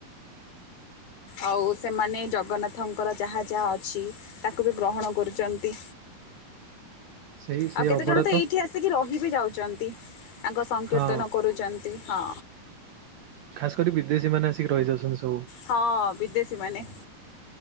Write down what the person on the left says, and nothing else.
ଆଉ ସେମାନେ ଜଗନ୍ନା ଥଙ୍କର ଯାହା ଯାହା ଅଛି ତାକୁ ବି ଗ୍ରହଣ କରୁଛନ୍ତି।
ଆଉ କେତେ
ଜଣ ତ ଏଇଠି ଆସିକି ରହି ବିି ଯାଉଛନ୍ତି। ତାଙ୍କ ସଂକୀର୍ତ୍ତନ
କରୁଛନ୍ତି ହଁ।
ହଁ ବିଦେଶୀ ମାନେ।